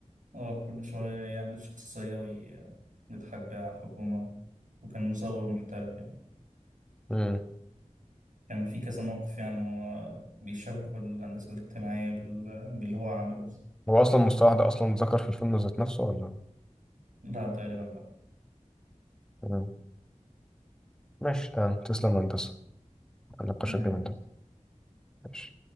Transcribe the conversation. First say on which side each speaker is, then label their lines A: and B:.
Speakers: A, on the right; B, in the centre.
A: اه كل شوية يعمل شخصية ويضحك بيها على الحكومة وكان مزور محترف يعني
B: امم
A: كان في كذا موقف يعني هو بيشبه الهندسة الاجتماعية بال... باللي هو عمله
B: هو اصلا المصطلح ده اصلا اتذكر في الفيلم ذات نفسه ولا
A: لا تقريبا لا
B: مم. ماشي تمام تسلم يا هندسه على النقاش
A: يعني
B: الجميل ده ماشي